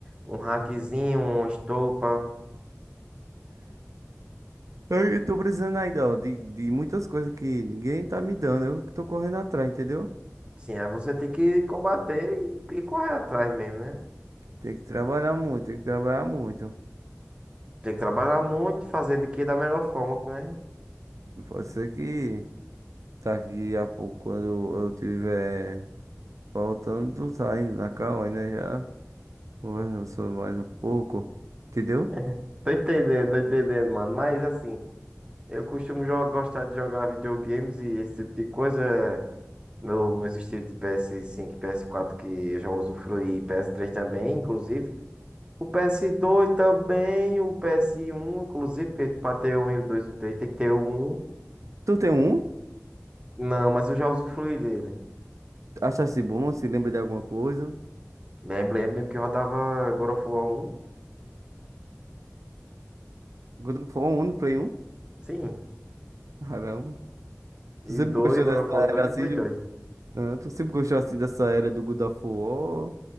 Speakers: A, on the right; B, on the right.
A: Um hackzinho, uma estopa.
B: Aí Eu tô precisando ainda, ó, de, de muitas coisas que ninguém tá me dando. Eu que tô correndo atrás, entendeu?
A: Sim, aí você tem que combater e, e correr atrás mesmo, né?
B: Tem que trabalhar muito, tem que trabalhar muito.
A: Tem que trabalhar muito, fazer de que da melhor forma, né?
B: Pode ser que daqui a pouco, quando eu tiver faltando, tu tá indo na calma, ainda já conversando sobre mais um pouco, entendeu?
A: <laughs> Tô entendendo, tô entendendo, mano. Mas assim, eu costumo jo- gostar de jogar videogames e esse tipo de coisa. é Meu, meus estilos de ps cinco, e ps quatro que eu já usufruí, e ps três também, inclusive. O PS2 também, o PS1, inclusive, porque pra ter um e o dois o três tem que ter o um.
B: Tu tem um?
A: Não, mas eu já usufruí dele.
B: Achasse bom? Se lembra de alguma coisa?
A: Lembro, lembro, lembro que rodava God of War 1,
B: Quando for um, no Play um
A: sim.
B: Caramba.
A: E
B: Tu sempre
A: o 2
B: gostou dessa
A: God of War
B: era
A: 2 e
B: assim?
A: o Play
B: de-
A: dois
B: Ah, tu sempre gostou assim dessa era do God of War?